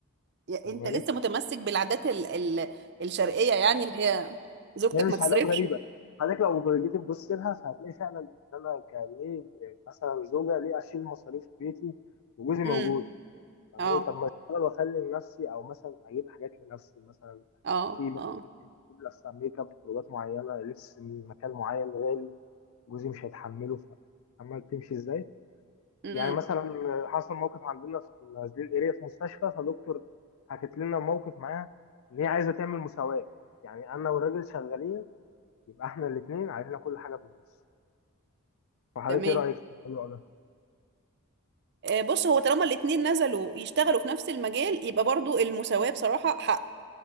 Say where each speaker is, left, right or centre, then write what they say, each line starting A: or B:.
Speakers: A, on the right; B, on the left.
A: يا-
B: فاهماني
A: انت لسه متمسك بالعادات ال... ال... الشرقيه يعني اللي هي زوجتك
B: هي مش
A: ما تصرفش
B: حاجات غريبه حضرتك لو جيت تبص لها فهتلاقي فعلا ان انا كان ليه مثلا زوجه ليه اشيل مصاريف بيتي وجوزي موجود
A: امم
B: فاهماني
A: اه
B: طب ما اشتغل واخلي لنفسي او مثلا اجيب حاجات لنفسي مثلا
A: اه
B: في
A: اه
B: لبس ميك اب خروجات معينه لبس من مكان معين غالي جوزي مش هيتحمله ف- فاهمه تمشي ازاي
A: امم
B: يعني مثلا حصل موقف عندنا في نازلين اريا في مستشفى فدكتور حكت لنا موقف معاها ان هي عايزه تعمل مساواه يعني انا والراجل شغالين يبقى احنا الاثنين علينا كل حاجه بالنص فحضرتك
A: تمام
B: ايه رايك في الموضوع ده
A: آه، بص هو طالما الاتنين نزلوا يشتغلوا في نفس المجال يبقى برضو المساواة بصراحة حق